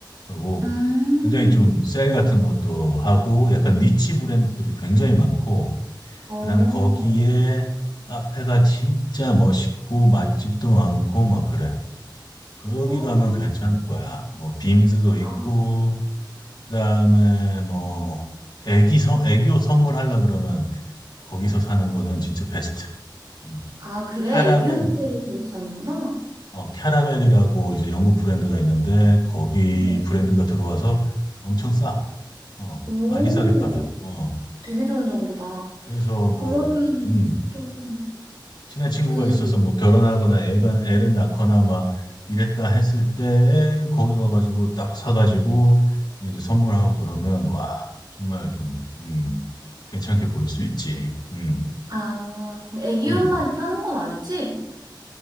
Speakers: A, on the left; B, on the right.
A: 그리고
B: 음.
A: 굉장히 좀 세일 같은 것도 하고 약간 니치 브랜드들이 굉장히 많고
B: 어.
A: 그다음에 거기에 카페가 진짜 멋있고 맛집도 많고 막 그래. 거기
B: 어.
A: 가면 괜찮을 거야. 뭐 빔스도 있고
B: 아.
A: 그다음에 뭐 애기 선 애교 선물하려 그러면 거기서 사는 거는 진짜 베스트. 음,
B: 아 그래
A: 캐러멜
B: 애기 옷들을 거기서 사는구나.
A: 어 캐러멜이라고 이제 영국 브랜드가 있는데 거기
B: 어.
A: 브랜드가 들어와서 엄청 싸. 어
B: 오.
A: 많이 싸게 팔아. 어
B: 되게 좋은 정보다.
A: 그래서 뭐음
B: 그러면 또, 음.
A: 친한 친구가
B: 그,
A: 있어서
B: 뭐-
A: 뭐 결혼하거나 애가 애를 낳거나 막 이랬다 했을 때 거기 가가지고 딱 사가지고 이제 선물하고 그러면 와 정말 좀 음, 괜찮게 보일 수 있지. 음,
B: 아, 그럼 애기옷만
A: 음.
B: 파는 건 아니지?